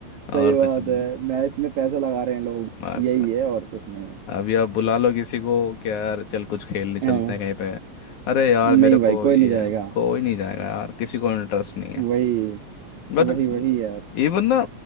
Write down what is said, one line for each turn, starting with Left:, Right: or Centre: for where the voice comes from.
Left: और
Right: बात
Left: कुछ नहीं
Right: है मैच में पैसा लगा रहे हैं लोग
Left: बस
Right: यही है और कुछ नहीं है
Left: अभी आप बुला लो किसी को कि यार चल कुछ खेलने चलते
Right: हैं,
Left: हैं कहीं पे अरे यार मेरे
Right: नहीं
Left: को
Right: भाई कोई
Left: ये
Right: नहीं जाएगा
Left: कोई नहीं जाएगा यार किसी को इंटरेस्ट नहीं है
Right: वही
Left: बट
Right: वही वही यार
Left: इवन ना